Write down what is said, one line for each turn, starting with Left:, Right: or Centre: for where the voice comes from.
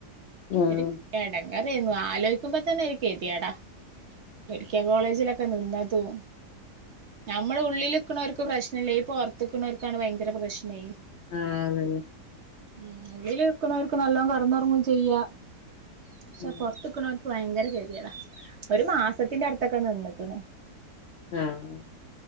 Left: ഉം
Right: ഒരു - എടങേരായിരുന്നു ആലോചിക്കുമ്പോ തന്നെ ഒര് ഗതികേട് മെഡിക്ക കോളേജിലൊക്കെ നിന്ന് - ഉം ഞമ്മള് ഉള്ളില്- ക്ക്ണോർക്ക് പ്രശ്നല്ലേ ഈ പൊറത്ത് നിക്ക്ണോര്ക്കാണ് ഭയങ്കര പ്രശ്നം
Left: ആഹ് അത് തന്നെ
Right: ഉം ഉള്ളില് നിക്കണോർക്ക് നല്ലോണം കെടന്ന് ഉറങ്ങുവേം ചെയ്യാം പക്ഷെ
Left: ഉം
Right: പൊറത്ത് നിക്കണോർക്ക് ഭയങ്കര ഗതികേടാ ഒരു മാസത്തിന്റെ അടുത്തൊക്കെ നിന്നേക്ക്ണ്.
Left: ആഹ്.